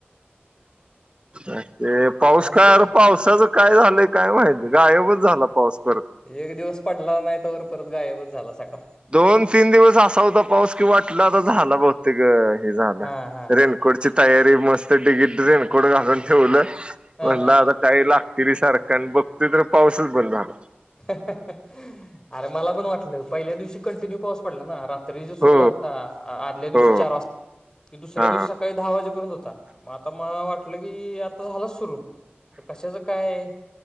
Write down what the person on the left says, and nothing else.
आणि
कुठं
एक दिवस पडला नाही त वर परत गायबच झाला सगळां.
हा हा हा.
हा
हा
हां!
अरे मला पण वाटलं पहिल्या दिवशी. कंटिन्यू पाऊस पडला ना रात्री जे सुरू
झालता आदल्या दिवशी
चार वाजता दुसऱ्या
दिवशी सकाळी दहा वाजेपर्यंत होता म आता मला वाटलं की आता झाला सुरु त कशाच काय आहे.